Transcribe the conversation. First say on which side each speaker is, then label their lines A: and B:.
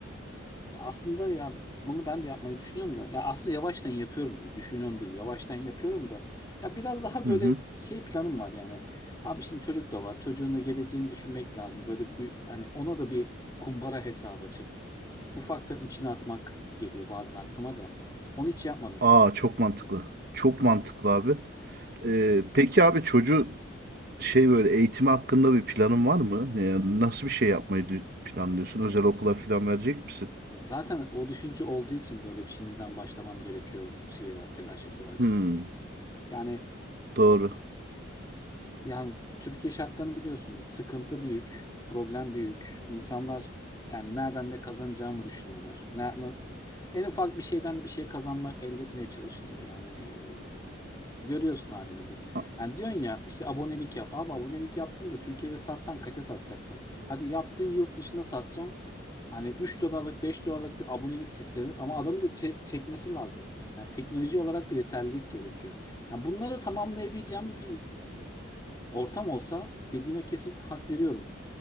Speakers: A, on the left; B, on the right.
A: Ya aslında ya bunu ben de yapmayı düşünüyorum da ya aslında yavaştan yapıyorum da düşünüyorum değil yavaştan yapıyorum da ya biraz daha
B: Hı
A: böyle
B: hı.
A: şey planım var yani abi şimdi çocuk da var çocuğun da geleceğini düşünmek lazım böyle bir, yani ona da bir kumbara hesabı açıp ufaktan içine atmak geliyor bazen aklıma da onu hiç yapmadım
B: Aa
A: şu an
B: çok mantıklı. Çok mantıklı abi. Ee, peki abi çocuğu şey böyle eğitimi hakkında bir planın var mı? Yani nasıl bir şey yapmayı dü- planlıyorsun? Özel okula falan verecek misin?
A: zaten o düşünce olduğu için böyle bir şimdiden başlamam gerekiyor şeyi var telaşesi var için.
B: Hmm,
A: Yani.
B: doğru.
A: Yani Türkiye şartlarını biliyorsun. Sıkıntı büyük, problem büyük. İnsanlar yani nereden de kazanacağımı düşünüyorlar. Ne- ne- en ufak bir şeyden de bir şey kazanmak, elde etmeye çalışılıyor. Yani e, görüyorsun halimizi.
B: A-
A: Yani diyorsun ya işte abonelik yap. Abi abonelik yaptım da Türkiye'de satsan kaça satacaksın? Hadi yaptın yurt dışında satacaksın. Hani üç dolarlık beş dolarlık bir abonelik sistemi ama adamı da çe- çekmesi lazım. Yani teknoloji olarak da yeterlilik gerekiyor. Yani bunları tamamlayabileceğimiz bir Ortam olsa dediğine kesinlikle hak veriyorum.